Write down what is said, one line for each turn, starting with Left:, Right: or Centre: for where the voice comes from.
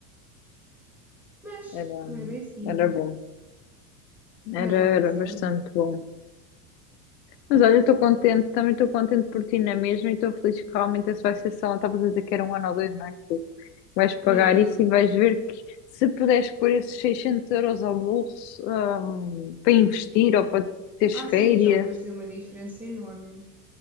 Centre: Mas
Left: era,
Centre: não é bem assim.
Left: era bom, era,
Centre: né? Era,
Left: era
Centre: isso
Left: bastante
Centre: é verdade.
Left: bom. Mas olha, eu estou contente, também estou contente por ti na mesma e estou feliz que realmente essa vai ser só, estavas a dizer que era um ano ou dois, não é? Que vais pagar
Centre: Eu não lembro.
Left: isso e vais ver que se puderes pôr esses 600 euros ao bolso, hum, para investir ou para teres
Centre: Ah,
Left: férias.
Centre: sim, já vai fazer uma diferença enorme.